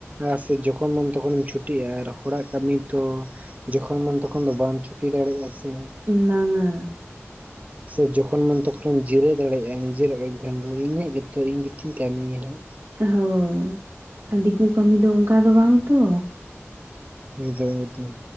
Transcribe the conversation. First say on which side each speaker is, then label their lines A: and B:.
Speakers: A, on the right; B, on the right.
A: ᱟᱨ ᱥᱮ ᱡᱚᱠᱷᱚᱱᱢ ᱛᱚᱠᱷᱚᱱᱮᱢ ᱪᱷᱩᱴᱤᱜ-ᱟ ᱟᱨ ᱦᱚᱲᱟᱜ ᱠᱟᱹᱢᱤ ᱛᱚᱼᱼ ᱡᱚᱠᱷᱚᱱ ᱢᱚᱱ ᱛᱚᱠᱷᱚᱱ ᱫᱚ ᱵᱟᱢ ᱪᱷᱩᱴᱤ ᱫᱟᱲᱮᱭᱟᱜ-ᱟ ᱥᱮ᱾
B: ᱵᱟᱝᱼᱟ᱾
A: ᱥᱮ ᱡᱚᱠᱷᱚᱱ ᱢᱚᱱ ᱛᱚᱠᱷᱚᱱᱮᱢ ᱡᱤᱨᱟᱹᱣ ᱫᱟᱲᱮᱭᱟᱜ-ᱟ ᱱᱤᱡᱮᱨᱟᱜ ᱮᱢ ᱠᱷᱟᱱ ᱫᱚ ᱤᱧᱟᱹᱜ ᱜᱮᱛᱚ ᱤᱧ ᱜᱮᱛᱤᱚᱧ ᱠᱟᱹᱢᱤᱭᱱᱟᱜ᱾
B: ᱦᱚᱭ ᱟᱨ ᱫᱤᱠᱩ ᱠᱟᱹᱢᱤ ᱫᱚ ᱚᱱᱠᱟ ᱫᱚ ᱵᱟᱝ ᱛᱚ᱾
A: ᱮᱠᱫᱚᱢ ᱮᱠᱫᱚᱢ